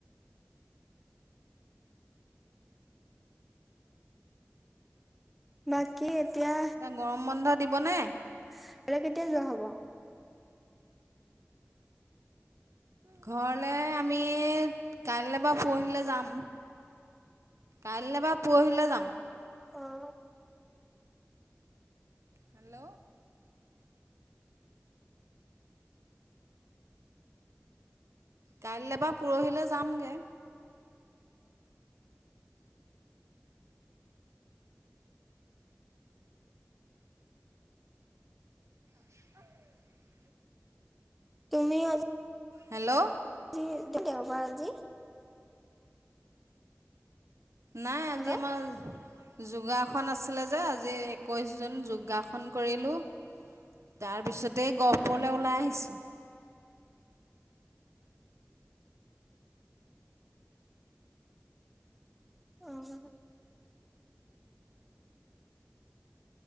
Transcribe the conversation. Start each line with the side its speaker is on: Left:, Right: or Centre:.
Centre: বাকী এতিয়া
Right: <unintelligible> গৰম বন্ধ দিবনে?
Centre: ঘৰলে কেতিয়া যোৱা হ'ব?
Right: ঘৰলে আমি কাইলৈ বা পৰহিলে যাম। কাইলৈ বা পৰহিলৈ যাম।
Centre: অ'।
Right: হেল্ল'? কাইলৈ বা পৰহিলৈ যামগৈ। <unintelligible>
Centre: তুমি আজ
Right: হেল্ল'?
Centre: <unintelligible> দেওবাৰ আজি।
Right: নাই
Centre: হেল্ল'
Right: আজি আমাৰ যোগাসন আছিলে যে আজি একৈছ জুন যোগাসন কৰিলোঁ। তাৰপিছতেই গহপুৰলৈ ওলাই আহিছোঁ।
Centre: অ'।